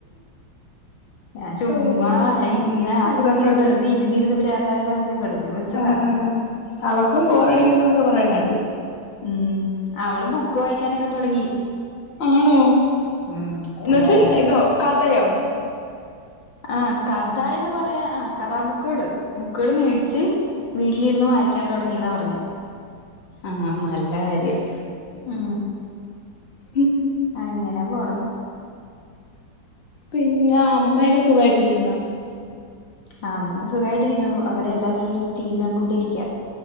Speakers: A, on the left (about 65°); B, on the left (about 35°).
A: ഞാൻ ചുമ്മ
B: ഓ
A: ഇങ്ങനെ ആ സമയത്ത്
B: ഇതാ
A: ഇങ്ങനെ
B: പഠിച്ച
A: വെറുതെ ഇരുന്നിരുന്ന് പ്രാന്താ യ സമയത്ത് വെറുതെ വിളിച്ച-
B: ആ ആ അവക്കും ബോ രടിക്കുന്ന എന്നൊക്കെ പറയാന കേട്ട്.
A: മ് അവള് ബുക്ക് വായിക്കാനൊക്കെ തുടങ്ങി.
B: ആണോ
A: ഉം
B: എന്ന
A: അതെ
B: വച്ചാ
A: അതെ
B: ഇതോ കഥയോ?
A: ആ കഥ എന്ന് പറയാ ആ കഥാബുക്കുകള്. ബുക്കുകൾ മേടിച്ച് വീട്ടിലിരുന്ന് വായിക്കാൻ തുടങ്ങിയന്നാ പറഞ്ഞെ.
B: ആനല്ല കാര്യം.
A: ആ
B: ഉം
A: അങ്ങനെ പോണ്
B: പിന്നെ അമ്മയൊക്കെ സുഖായിട്ടിരിക്കുന്നോ?
A: ആ അമ്മയൊക്കെ സുഖയിട്ടിരിക്കണ് അവിടെ എല്ലാവരും ടി വി കണ്ടൊണ്ടി ഇരിക്ക.